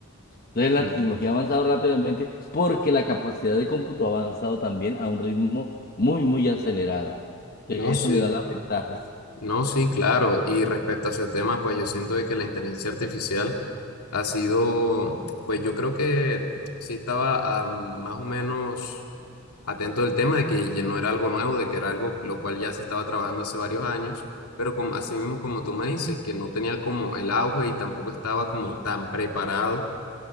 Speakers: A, on the left (about 40°); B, on the left (about 85°).
A: Entonces la
B: mm.
A: tecnología ha avanzado rápidamente porque la capacidad de cómputo ha avanzado también a un ritmo muy, muy acelerado. Entonces,
B: No, sí.
A: Eso le da las ventajas.
B: No, sí, claro. Y respecto a ese tema, pues yo siento de que la inteligencia artificial ha sido, pues yo creo que sí estaba ah, más o menos atento del tema de que ya no era algo nuevo, de que era algo lo cual ya se estaba trabajando hace varios años, pero como, así mismo como tú me dices, que no tenía como el auge y tampoco estaba como tan preparado